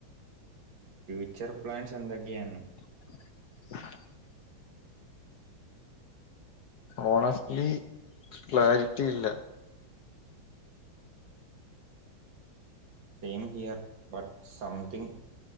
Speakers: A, on the right; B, on the left.
A: ഫ്യൂച്ചർ പ്ലാൻസ് എന്തൊക്കെയാന്ന്
B: <unintelligible> ഓണസ്റ്റ്ലി ക്ലാരിറ്റി ഇല്ല
A: സെയിം ഹിയർ ബട്ട് സംതിങ്ങ്